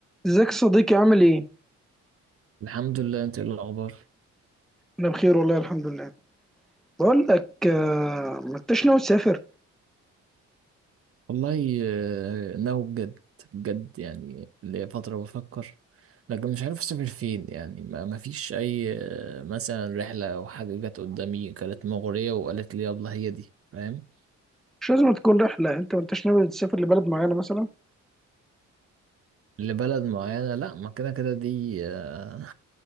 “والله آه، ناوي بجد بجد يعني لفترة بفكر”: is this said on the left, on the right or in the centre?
Right